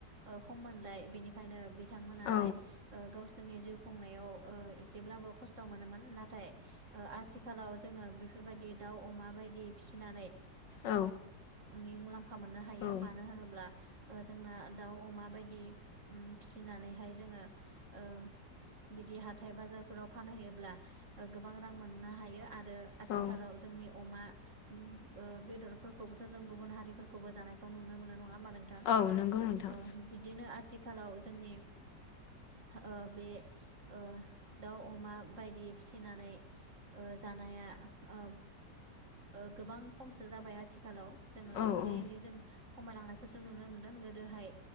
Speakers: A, on the right; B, on the left.
A: ओ खममोनलाय बेनिखायनो बिथांमोनाहाय
B: औ
A: ओ गावसोरनि जिउ खुंनायाव ओ इसेब्लाबो खस्थ मोनोमोन नाथाय ओ आथिखालाव जोङो बेफोरबायदि दाउ अमा बायदि फिसिनानै
B: औ
A: नि मुलाम्फा मोननो हा हायो
B: औ
A: मानो होनोब्ला ओ जोंना दाउ अमा बायदि फिसिनानैहाय जोङो ओ बिदि हाथाय बाजारफोराव फानहैयोब्ला ओ गोबां रां मोननो हायो आरो आथिखालाव
B: औ
A: जोंनि अमा उम ओ बेद दोरफोरखौबोथो जों गुबुन हारिफोरखौबो जानायखौ नुनो मोनो नङा। मा नोंथां
B: औ नंगौ नोंथां
A: ओ बिदिनो आथिग। आथिखालाव जोंनि ओ बे ओ दाउ अमा बायदि फिसिनानै ओ जानाया ओ ओ गोबां खमसि। जाबाय आथिखालाव जोङो
B: औ औ
A: इसे एनै जों खमायलांनायखौसो नुनो मोनदों गोदोहाय